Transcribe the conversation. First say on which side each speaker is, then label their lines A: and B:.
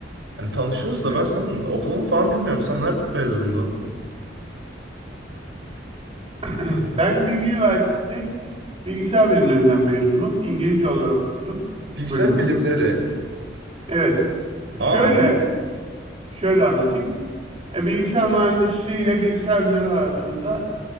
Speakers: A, on the right (about 75°); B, on the right (about 30°).
A: hani tanışıyoruz
B: Buyur.
A: da ben senin okulunu falan bilmiyorum. Sen nereden mezundun?
B: <clears throat> Ben Bilgi Üniversitesi Bilgisayar Bilimlerinden mezunum. İngilizce olarak okudum
A: Bilgisayar
B: bölümü.
A: bilimleri.
B: Evet.
A: Aa
B: Şöyle
A: bu
B: şöyle anlatayım. E, bilgisayar mühendisliği ile bilgisayar bilimleri arasında